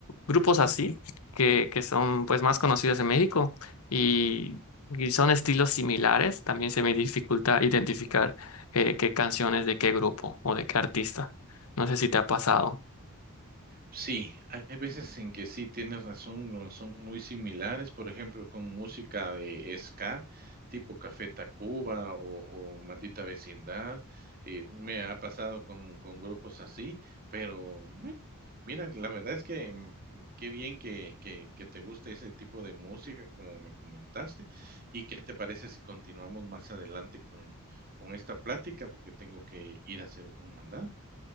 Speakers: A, on the left (about 70°); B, on the right (about 40°).
A: grupos así que, que son pues más conocidos en México y, y son estilos similares, también se me dificulta identificar eh, qué canciones de qué grupo o de qué artista. No sé si te ha pasado.
B: Sí, hay veces en que sí tienes razón, no son muy similares, por ejemplo, con música de ska, tipo Café Tacuba o, o Maldita Vecindad, eh, me ha pasado con, con grupos así, pero bueno, mira, la verdad es que mm, qué bien que, que, que te guste ese tipo de música, como me comentaste, y qué te parece si continuamos más adelante con, con esta plática, porque tengo que ir a hacer un mandado.